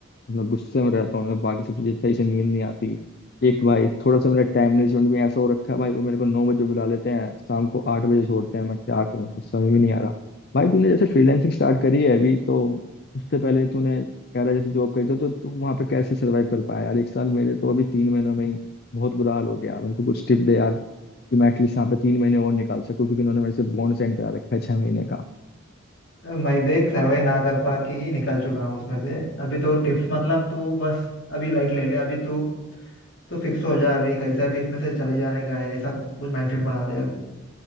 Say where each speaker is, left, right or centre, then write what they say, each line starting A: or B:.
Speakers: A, on the left; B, on the left.
A: मैं गुस्से में रहता हूँ मैं बाकी सब चीजें सही से नींद नहीं आती एक भाई थोड़ा सा मेरा टाइम मैनेजमेंट भी ऐसा हो रखा है भाई वो मेरे को नौ बजे बुला लेते हैं शाम को आठ बजे छोड़ते हैं मैं क्या करूँ कुछ समझ में नहीं आ रहा भाई तूने जैसे फ्रीलैंसिंग स्टार्ट करी है अभी तो उससे पहले तूने कह रहा है जैसे जॉब करी थी तो तू वहाँ पे कैसे सर्वाइव कर पाया यार एक साल मेरे तो अभी तीन महीनों में ही बहुत बुरा हाल हो गया मेरे को कुछ टिप दे यार कि मैं एटलीस्ट यहाँ पे तीन महीने और निकाल सकूँ क्योंकि उन्होंने मेरे से बॉन्ड साइन करा रखा है छह महीने का
B: मैं देख सर्वे ना कर पा के ही निकल चुका हूँ उसमें से अभी तो टिप्स मतलब तू बस अभी लाइट ले ले अभी तू तू फिक्स हो जा अभी कैसा भी इसमें से चले जाने का है ऐसा कुछ माइंडसेट बना ले अभी